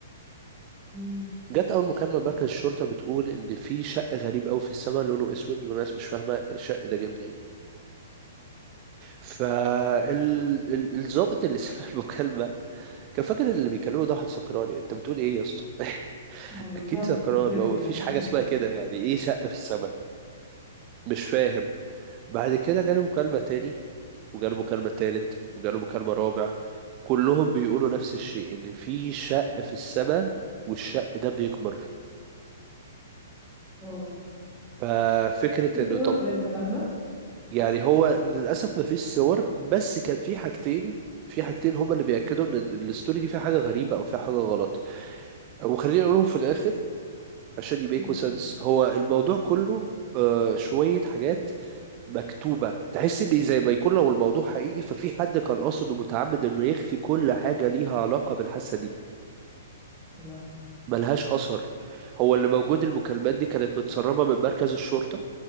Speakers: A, in the centre; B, on the right (about 30°).
A: امم
B: جت اول مكالمه لمركز الشرطه بتقول ان في شق غريب قوي في السماء لونه اسود وناس مش فاهمه الشق ده جه منين فالظابط اللي <laughs> سمع المكالمه كان فاكر اللي بيكلمه ده واحد سكران انت بتقول ايه يا اسطى <laughs>
A: ما بالظبط
B: اكيد سكران
A: بجد
B: ما هو
A: يعني
B: مفيش حاجه اسمها
A: <laughs>
B: كده يعني ايه شق في السماء مش فاهم بعد كده جاله مكالمه تاني وجاله مكالمة تالت وجاله مكالمة رابع كلهم بيقولوا نفس الشيء ان في شق في السماء والشق ده بيكبر
A: واو
B: ففكرة
A: في صور
B: انه طب
A: للكلام ده
B: يعني هو للأسف مفيش صور بس كان في حاجتين في حاجتين هما اللي بيأكدوا إن الستوري دي فيها حاجة غريبة أو فيها حاجة غلط وخليني أقولهم في الآخر عشان يميكوا
A: ماشي
B: سنس هو الموضوع كله آه، شوية حاجات مكتوبة تحس إن زي ما يكون لو الموضوع حقيقي ففي حد كان قاصد ومتعمد إنه يخفي كل حاجة ليها علاقة بالحادثة دي
A: يا لهوي
B: ملهاش أثر هو اللي موجود المكالمات دي كانت متسربة من مركز الشرطة